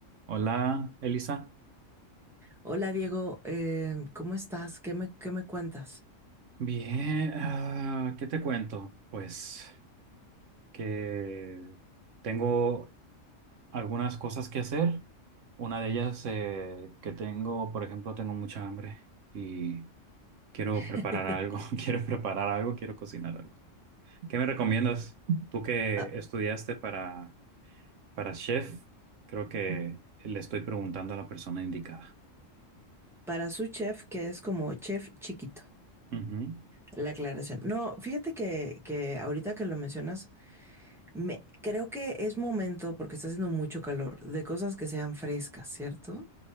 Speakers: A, on the right; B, in the centre.
A: Hola, Elisa.
B: Hola Diego, eh, ¿cómo estás? ¿Qué me, qué me cuentas?
A: Bien, ah, ¿qué te cuento? Pues que tengo algunas cosas que hacer. Una de ellas eh, que tengo, por ejemplo, tengo mucha hambre y quiero
B: <laughs>
A: preparar algo, <laughs> quiero preparar algo, quiero cocinar algo. ¿Qué me recomiendas? Tú que
B: Ah,
A: estudiaste para, para chef, creo que le estoy preguntando a la persona indicada.
B: para su chef, que es como chef chiquito,
A: Ujú.
B: la aclaración. No, fíjate que, que ahorita que lo mencionas, me, creo que es momento, porque está haciendo mucho calor, de cosas que sean frescas, ¿cierto?